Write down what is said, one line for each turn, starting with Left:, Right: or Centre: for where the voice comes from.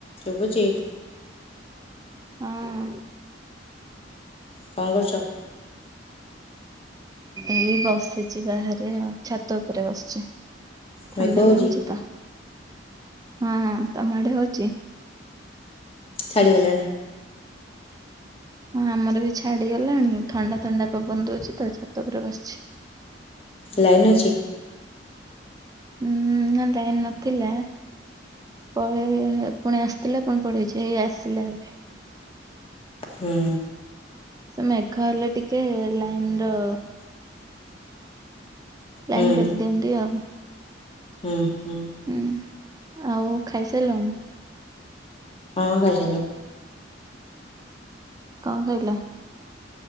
Left: ଶୁଭୁଚି।
Right: ହଁ।
Left: କଣ କରୁଚ?
Right: ଏଇ ବସିଚି ବାହାରେ ଆଉ ଛାତ ଉପରେ ବସିଚି।
Left: ମେଘ
Right: ଥଣ୍ଡା
Left: ହଉଛି
Right: ଲାଗୁଛି ତ ହଁ ହଁ ତମ ଆଡେ ହଉଚି।
Left: ଛାଡ଼ିଗଲାଣି।
Right: ହଁ ଆମର ବି ଛାଡିଗଲାଣି ଥଣ୍ଡା ଥଣ୍ଡା ପବନ ଦଉଚି ତ ଛାତ ଉପରେ ବସିଛି।
Left: ଲାଇନ୍ ଅଛି।
Right: ଉଁ ନା ଲାଇନ୍ ନଥିଲା। ପଳେଇ <unintelligible> ପୁଣି ଆସିଥିଲା ପୁଣି ପଳେଇଚି ଏଇ ଆସିଲା ଏବେ।
Left: ହୁଁ।
Right: ସେ ମେଘ ହେଲେ ଟିକେ ଲାଇନ୍ ର। ଲାଇନ୍
Left: ହୁଁ
Right: କାଟିଦିଅନ୍ତି ଆଉ।
Left: ହୁଁ ହୁଁ।
Right: ହୁଁ। ଆଉ ଖାଇସାରିଲଣି?
Left: ହଁ ଖାଇସାରିଲିଣି।
Right: କଣ ଖାଇଲ?